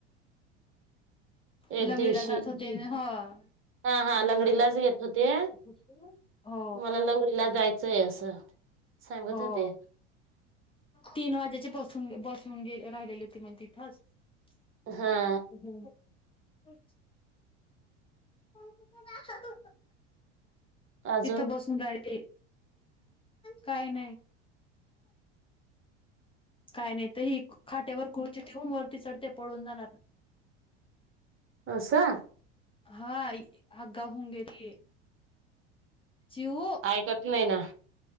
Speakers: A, on the right; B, on the left.
A: एक
B: लंगडीला
A: दिवशी
B: जात होते ना हो.
A: हा हा लंगडीलाच
B: लंगडीला
A: येत
B: <unintelligible> होती
A: होते
B: का म हो
A: मला लंगडीला जायचंय असं सांगत
B: हो
A: होते
B: तीन वाज्याचे बसून बसून गे राहिलेली ते मंग तिथंच <unintelligible>
A: हा
B: <unintelligible>
A: अजून
B: तिथं बसून राहिले. काय नायं. काय नाहीत ते ही खाट्यावर खुर्ची ठेवून वरती चढते पळून जाणार
A: असं
B: हा आगा हुगं येडी ये चिऊ
A: ऐकत नायं ना